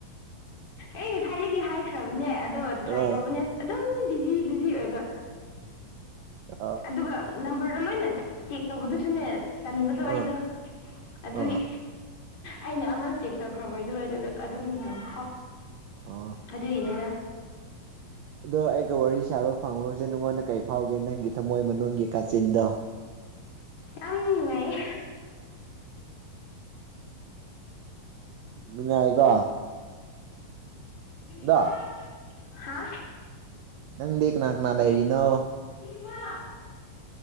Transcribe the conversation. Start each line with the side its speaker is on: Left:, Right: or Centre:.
Left: ꯑꯩ ꯉꯁꯥꯏꯗꯒꯤ ꯍꯥꯏꯈ꯭ꯔꯕꯅꯦ ꯑꯗꯣ ꯇ꯭ꯔꯥꯏ
Right: ꯑꯥ
Left: ꯇꯧꯕꯅꯦ ꯑꯗꯨꯝ ꯕꯤꯖꯤ ꯕꯤꯖꯤ ꯑꯣꯏꯕ
Right: ꯑ
Left: ꯑꯗꯨꯒ ꯅꯝꯕꯔꯗꯣ ꯂꯣꯏꯅ ꯆꯦꯛ ꯇꯧꯕꯗꯨꯁꯨꯅꯦ ꯇꯟꯕꯗꯣ ꯑꯩꯗꯣ
Right: ꯑꯥ
Left: ꯑꯗꯨꯒꯤ
Right: ꯑ
Left: ꯑꯩꯅ ꯑꯃ꯭ꯔꯛ ꯆꯦꯛ ꯇꯧꯈ꯭ꯔꯕ ꯍꯣꯏꯗꯨꯗ ꯑꯗꯨꯝ ꯇꯧ ꯍꯣ
Right: ꯑ
Left: ꯑꯗꯨꯒꯤꯅꯦꯗ
Right: ꯑꯗꯣ ꯑꯩꯒ ꯋꯥꯔꯤ ꯁꯥꯕ ꯐꯪꯕꯕꯁꯦ ꯅꯉꯣꯟꯗ ꯀꯩ ꯐꯥꯎꯒꯦ ꯅꯪꯒꯤ ꯊꯝꯃꯣꯏ ꯃꯅꯨꯡꯒꯤ ꯀꯥꯆꯤꯟꯗꯣ
Left: ꯌꯥꯝ ꯅꯨꯡꯉꯥꯏꯌꯦ
Right: ꯅꯨꯡꯉꯥꯏꯀꯣ ꯑꯗꯣ
Left: <unintelligible> ꯍꯥ
Right: ꯅꯪꯗꯤ ꯀꯅꯥ ꯀꯅꯥ ꯂꯩꯔꯤꯅꯣ
Left: ꯏꯃꯥ